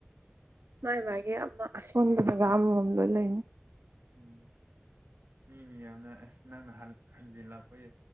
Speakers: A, on the right; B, on the right.
A: ꯃꯥꯏ ꯃꯥꯥꯏꯒꯤ ꯑꯃ ꯑꯁꯣꯟꯕ ꯖꯒꯥ ꯑꯃꯃꯝ ꯂꯣꯏ ꯂꯩꯅꯤ
B: ꯎꯝ ꯃꯤ ꯃꯤꯌꯥꯝꯅ ꯑꯁ ꯅꯪꯅ ꯍꯟꯖꯤꯜꯂꯥꯛꯄ ꯌꯥ